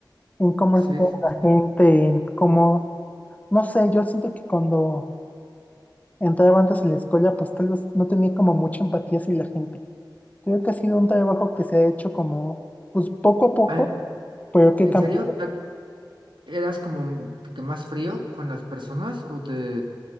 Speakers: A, on the left; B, on the right.
A: En cómo
B: sí.
A: es toda
B: sí,
A: la gente,
B: sí.
A: en cómo, no sé, yo siento que cuando entraba antes en la escuela, pues tal vez no tenía como mucha empatía hacia la gente. Creo que ha sido un trabajo que se ha hecho como, pues poco a poco,
B: Ah,
A: pero que
B: ¿en
A: cambia.
B: serio? O sea, ¿Eras como que, que más frío con las personas o te,